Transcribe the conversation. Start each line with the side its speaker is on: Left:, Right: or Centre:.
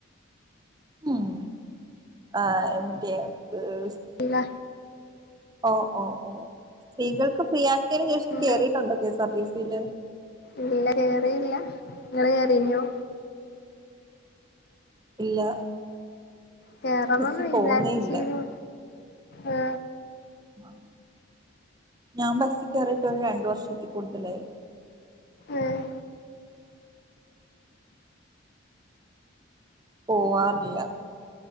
Right: ഉം ആഹ് എമിറ്റ് ഈഹ്
Left: പില്ല
Right: ഓഹ് ഓഹ് ഓഹ്. സ്ത്രീകൾക്ക് ഫ്രീ ആക്കിയതിനു ശേഷം
Left: ഉം
Right: കേറിയിട്ടുണ്ടോ K S R T C യില്?
Left: ഇല്ല കേറിയില്ല. നിങ്ങൾ കേറീഞ്ഞോ?
Right: ഇല്ല.
Left: കേറണംന്ന്
Right: ബസ്സിൽ
Left: വിചാരിച്ചീനു.
Right: പോകുന്നേ ഇല്ല
Left: ആഹ്.
Right: ആഹ്. ഞാൻ ബസ്സി കയറിട്ട് ഒരു രണ്ട് വർഷത്തിൽ കൂടുതലായി.
Left: ഏഹ്?
Right: പോവാറില്ല.